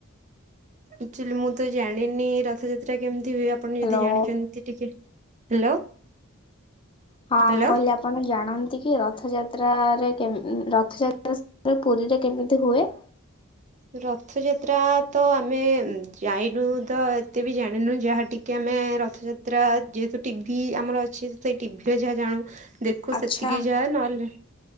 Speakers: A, on the right; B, on the left.
A: ଆକ୍ଚୁଆଲି ମୁଁ ତ ଜାଣିନି ରଥଯାତ୍ରା କେମିତି ହୁଏ। ଆପଣ
B: ହ୍ୟାଲୋ
A: ଯଦି ଜାଣିଛନ୍ତି ଟିକେ ହ୍ୟାଲୋ!
B: ହଁ।
A: ହ୍ୟାଲୋ
B: <unintelligible> ଆପଣ ଜାଣନ୍ତି କି ରଥଯାତ୍ରାରେ କେମ୍ ଉଁ ରଥ <unintelligible> ପୁରୀରେ କେମିତି ହୁଏ?
A: ରଥଯାତ୍ରା ତ ଆମେ ଯାଇନୁ, ତ ଏତେ ବି ଜାଣିନୁ ଯାହା ଟି କି ଆମେ ରଥଯାତ୍ରା ଯେହେତୁ ଟିଭି ଆମର ଅଛି, ସେଇ ଟିଭିରେ ଯାହା ଜାଣୁ ଦେ ଖୁ
B: ଆଚ୍ଛା
A: ସେତିକି ଯାହା ନହେଲେ,